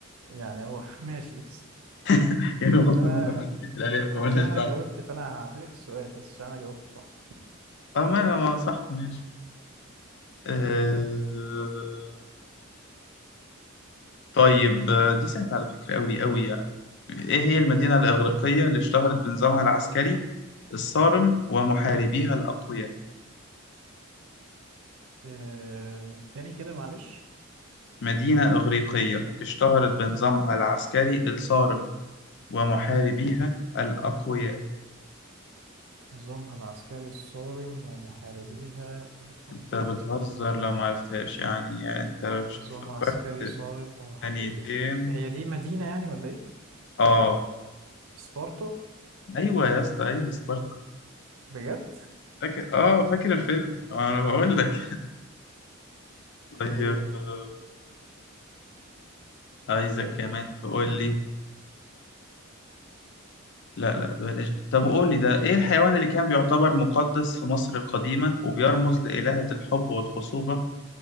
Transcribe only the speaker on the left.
<laughs> يعني بغض
النظر عن بقية الآلهة فمالناش
دعوة
أه ما ما صح ماشي آه... طيب آه، دي سهلة على فكرة أوي أوي يعني إيه هي المدينة الإغريقية اللي اشتهرت بنظامها العسكري الصارم ومحاربيها الأقوياء
مدينة إغريقية اشتهرت بنظامها العسكري الصارم ومحاربيها الأقوياء
أنت بتهزر لو معرفتهاش يعني يعني أنت لو مش
فكرت
في
ثانيتين
آه
أيوة يا اسطى أيوة سبارتا
فاكر آه فاكر الفيلم أنا بقول لك <laughs> طيب
آه، عايزك
كمان تقول لي لا لا ده بلاش ده. طب قول لي ده ايه الحيوان اللي كان بيعتبر مقدس في مصر القديمة وبيرمز لإلهة الحب والخصوبة